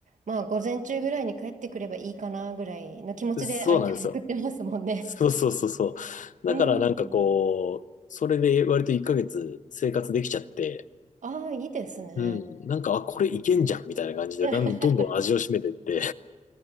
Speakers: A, on the right; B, on the left.
A: まあ、午前中ぐらいに帰ってくればいいかなぐらいの気持ちで相手に送ってますもんね。
B: そうなんですよ。そうそうそうそう。
A: うん。
B: だからなんかこう、それで割と1ヶ月生活できちゃって、
A: ああ、いいですね。
B: うん。なんか、あ、これいけんじゃんみたいな感じで、
A: <laughs>
B: だんどんどん味を占めてって